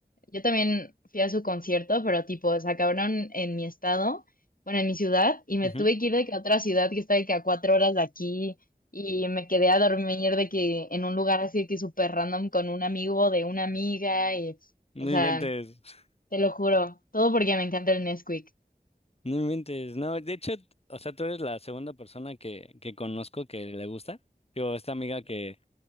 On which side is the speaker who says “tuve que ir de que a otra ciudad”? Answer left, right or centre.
Left